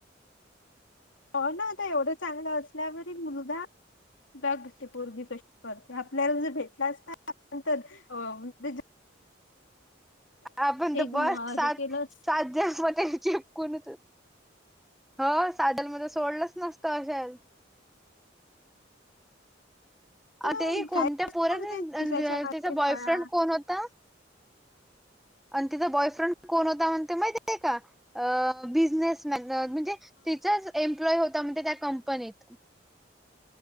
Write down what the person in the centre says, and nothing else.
आपण तर
बस सात
सात जन्म ते चिपकून हो सादल <unintelligible> सोडलच नसतं अशाल
अ ते कोण
त्या पोराचं?
अन त्याचा
बॉयफ्रेंड
कोण होता? आणि तिचा बॉयफ्रेंड कोण होता म्हणते माहिती आहे का? बिझनेस म्हणजे तिचाच एम्प्लॉय होता म्हणजे त्या कंपनीत